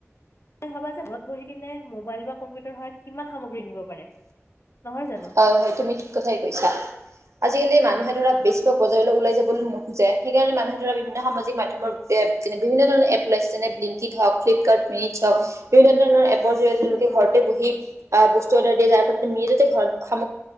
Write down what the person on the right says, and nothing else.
হয়, হয়। তুমি ঠিক কথাই কৈছা। আজিকালি মানুহে
ধৰা বেচিভাগ বজাৰলৈ যাবলৈ নোখোজে। সেইকাৰণে মানুহে ধৰা বিভিন্ন সামাজিক
মাধ্যমৰ
বিভিন্ন ধৰণৰ এপ ওলাইছে যেনে ব্লিংকিত হওক, ফ্লিপকাৰ্ট মি চওক
বিভিন্ন ধৰণৰ এপৰ জৰিয়তে তেওঁলোকে
ঘৰতে বহি আহ বস্তু অৰ্ডাৰ দিয়ে যাৰ ফলত তেওঁ মিজ যাতে ঘৰত স